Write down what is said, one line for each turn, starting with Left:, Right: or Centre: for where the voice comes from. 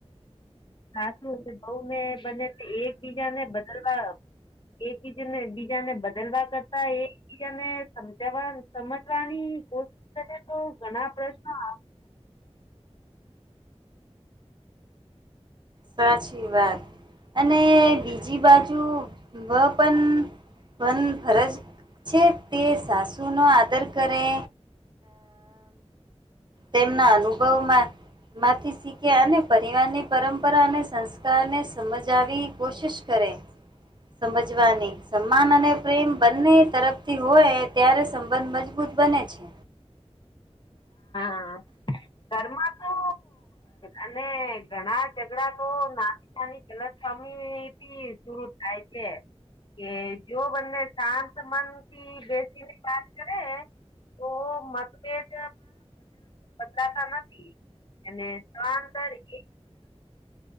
Left: સાચું બઉ ને બને એકબીજા ને બદલવા એકબીજને બીજા ને બદલવા કરતા એ સમજવા સમજવાની કોશિશ કરે તો ઘણા પ્રશ્નો
Right: સાચી વાત. અને બીજી બાજુ વ પણ મન ફરજ છે તે સાસુનો આદર કરે. તેમના અનુભવમાં માંથી શીખ્યા અને પરિવારની પરમ પરપરા અને સંસ્કારને સમજાવી કોશિશ કરે. સમજવાની સમાન અને પ્રેમ બંને તરફથી હોય ત્યારે સંબંધ. મજબૂત બને છે.
Left: હા ઘરમાં તો. અને ઘણા ઝઘડા તો નાની નાની ગલત પામી. શરુ થાય છે. કે જો બને શાંત મન થી બેસીને વાત કરે. તો મતભેદ. બદલાતા નથી અને સાળ કરી.